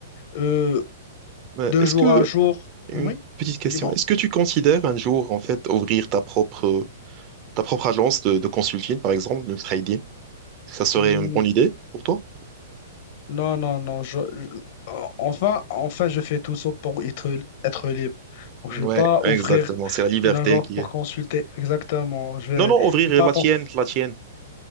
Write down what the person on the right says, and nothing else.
Ouais,
Est-ce
que,
une
petite question,
est-ce que tu considères un jour, en fait, ouvrir ta propre, ta propre agence de, de consulting, par exemple, de trading? Ça serait
une bonne idée pour toi?
Ouais,
exactement.
C'est la liberté
qui
est.
Non, non, ouvrir
la
tienne, la tienne,